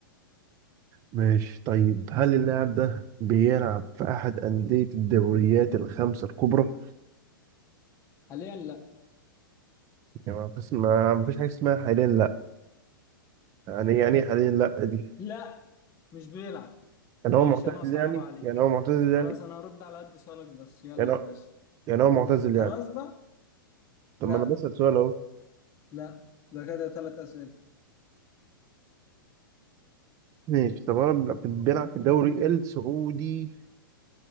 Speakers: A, on the right (about 25°); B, on the left (about 25°).
A: ماشي طيب هل اللاعب ده بيلعب في احد انديه الدوريات الخمسه الكبرى
B: حاليا لا
A: يعني بس ما ما فيش حاجه اسمها حاليا لا يعني يعني إيه حاليا لا دي؟
B: لا مش بيلعب
A: يعني
B: ماشي
A: هو معتزل
B: انا صعب
A: يعني
B: عليك
A: يعني هو معتزل
B: خلاص
A: يعني
B: انا هرد على قد سؤالك بس يلا
A: يعني
B: يا
A: هو
B: باشا
A: يعني هو معتزل
B: خلاص
A: يعني
B: بقى
A: طب
B: لا
A: ما انا بسأل سؤال اهو
B: لا يبقى كده ثلاث اسئله
A: ماشي طب هو بيلعب بيلعب في الدوري السعودي